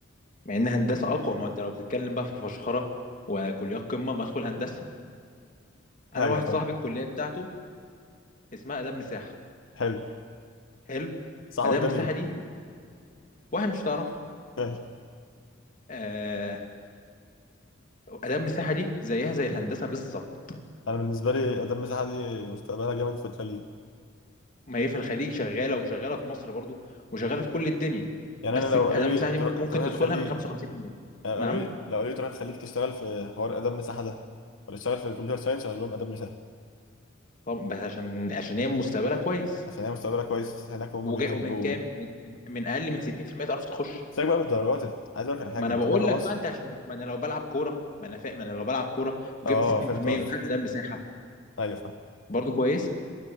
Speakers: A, on the left; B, on the left.
A: مع ان هندسه اقوى ما انت لو بتتكلم بقى في فشخره وكليات قمه ما ادخل هندسه انا
B: ايوه
A: واحد
B: فاهم
A: صاحبي الكليه بتاعته اسمها اداب مساحه
B: حلو
A: حلو
B: صاحبك
A: اداب
B: ده
A: مساحه
B: مين؟
A: دي واحد مش تعرفه
B: ماشي
A: آه اداب مساحه دي زيها زي الهندسه بالظبط
B: انا بالنسبه لي ادم مساحه دي مستقبلها جامد في الخليج
A: ما هي في الخليج شغاله وشغاله في مصر برضو وشغاله في كل الدنيا
B: يعني
A: بس
B: انا لو قالوا
A: اداب
B: لي
A: مساحه دي
B: ترو-
A: مم- ممكن
B: تروح
A: تدخلها
B: الخليج
A: من 55%
B: يعني قالوا
A: نعم
B: لي لو قالوا لي تروح الخليج تشتغل في حوار ادم مساحه ده ولا تشتغل في الكمبيوتر ساينس اقول لهم ادم مساحه
A: طب بس عشان عشان هي مستقبلها كويس
B: عشان هي مستقبلها كويس هناك وهم
A: وجا
B: بيحبوا
A: ومن كام من, من, من اقل من 60% تعرف تخش
B: سيبك بقى من الدرجات عايز اقول لك على حاجه
A: ما انا
B: انت
A: بقول
B: بره
A: لك
B: مصر
A: بقى انت عشان بت- ما انا لو بلعب كوره ما انا فاهم ما انا لو بلعب كوره وجبت
B: اه
A: 60%
B: فهمت قصدك
A: ودخلت ده مساحه
B: ايوه فاهم
A: برضو كويس